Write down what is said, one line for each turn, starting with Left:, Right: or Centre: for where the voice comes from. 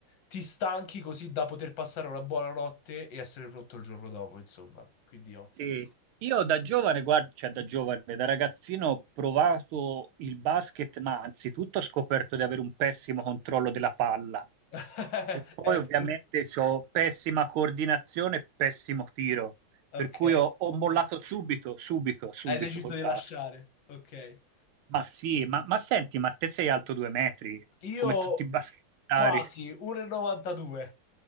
Left: ti stanchi così da poter passare una buona notte e essere pronto il giorno dopo, insomma, quindi ottimo.
Right: Sì. Io da giovane, guarda, cioè da giovane, da ragazzino ho provato
Left: Sì.
Right: il basket, ma anzitutto ho scoperto di avere un pessimo controllo della palla
Left: <laughs>
Right: e poi
Left: Ecco,
Right: ovviamente ho pessima coordinazione e pessimo tiro,
Left: ok,
Right: per cui ho, ho mollato subito, subito, subito
Left: hai deciso
Right: col
Left: di
Right: basket.
Left: lasciare, ok.
Right: Ma sì, ma, ma senti, ma te sei alto due metri,
Left: Io
Right: come tutti i basketari.
Left: quasi 1,92,